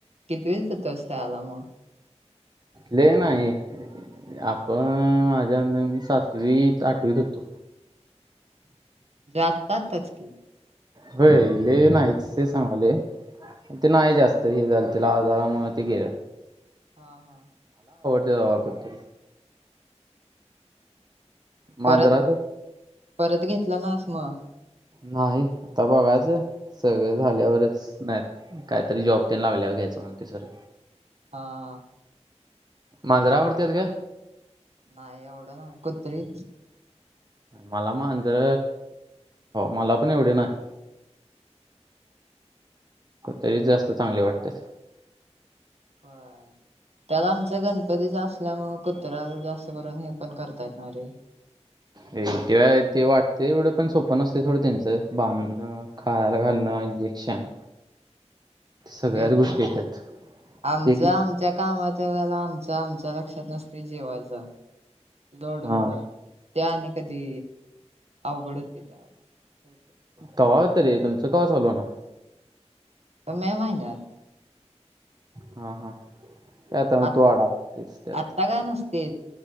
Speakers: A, on the right (about 65°); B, on the right (about 35°).
A: किती वी त होतास शाळेला ल मग
B: लै नाही आपण माझ्यांदर मी सातवी आठवीत होतो
A: आत्ता अतातच की
B: होयले नाहीच सांगले ते नाही जास्त हे झालं तिला आजारामुळे ते गे
A: हा हा
B: ते वाकत
A: परत
B: मांजराच
A: परत घेतला नाहीस मग
B: नाही आता बघाच सगळे झाल्यावरच नाही काहीतरी जॉब त्यां लागल्यावर म्हणते सर
A: हा हा.
B: मांजरा आवडतीेत का
A: नाही एवढं नाही कुत्री
B: मला माांजर मला पण एवढे नाही तरीच जास्त चांगले वाटते
A: हा त्याला आमचा गणपतीच असल्यामु कुत्रा जास्त करून हे पण करता येतणार रे
B: हे ते ते वाटते एवढं पण सोपं न असते थोडं त्यांच बांधणं खायला घालणं इंजेक्शन सगळ्याच
A: तेच
B: गोष्टी येतात
A: आमच
B: एक
A: आमच्या कामा ला आमच्या आमच्या लक्षात नसते जेवायचं लोड
B: हा
A: मु त्या आणि कधी अवघडत ते त्याला
B: कव त रे तुमचं का चालू ना
A: मे माहिनत
B: हा हा ते आता मग
A: अत्
B: तू अडकतेस त्यात
A: अ तग अनस्ते